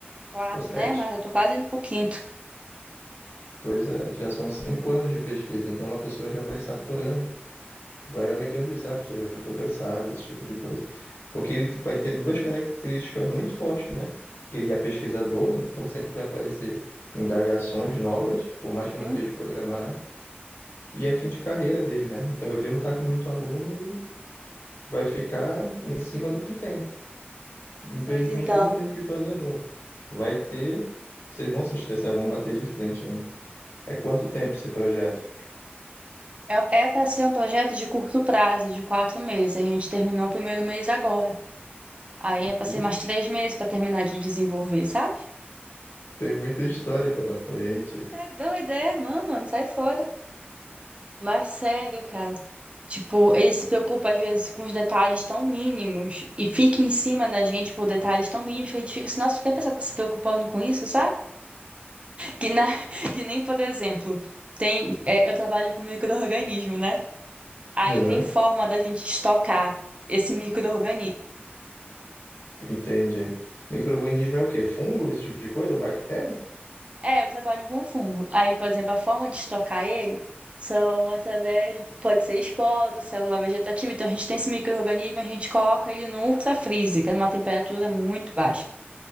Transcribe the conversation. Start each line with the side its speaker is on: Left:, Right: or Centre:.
Right: Quatro,
Left: Ou sete.
Right: né? Mas eu tô quase indo pro quinto.
Left: Pois é, já são cinco anos de pesquisa, então a pessoa já vai saturando, vai alegando isso, ah, a pessoa já estou cansada, esse tipo de coisa. Porque ele vai ter duas características muito fortes, né? Que ele é pesquisador, então sempre vai aparecer indagações novas, por mais
Right: Uhum.
Left: que não esteja programado, e é fim de carreira dele, né? Então ele não está com muito aluno e vai ficar em cima do que tem. Infelizmente
Right: Pois então.
Left: não tem o que fazer novo. Vai ter, vocês vão se estressar, vão bater de frente ainda. É quanto tempo esse projeto?
Right: É, é para ser um projeto de curto prazo, de quatro meses. A gente terminou o primeiro mês agora. Aí é para
Left: Vixe,
Right: ser mais três meses para terminar de desenvolver, sabe?
Left: tem muita história pela frente.
Right: Tá doida, é, mano, mano, sai fora. Mas sério, cara. Tipo, ele se preocupa às vezes com os detalhes tão mínimos e fica em cima da gente por detalhes tão mínimos que a gente fica assim, nossa, por que a pessoa tá se preocupando com isso, sabe? Que, na- <laughs> que nem, por exemplo, tem, é, eu trabalho com micro-organismo, né? Aí
Left: Aham,
Right: tem forma da gente estocar esse micro-organismo.
Left: entendi. Micro-organismo é o quê? Fungo, esse tipo de coisa? Bactéria?
Right: É, eu trabalho com fungo. Aí, por exemplo, a forma de estocar ele são através, pode ser esporo, célula vegetativa. Então, a gente tem esse micro-organismo, a gente coloca ele no ultrafreezer, que é numa temperatura muito baixa.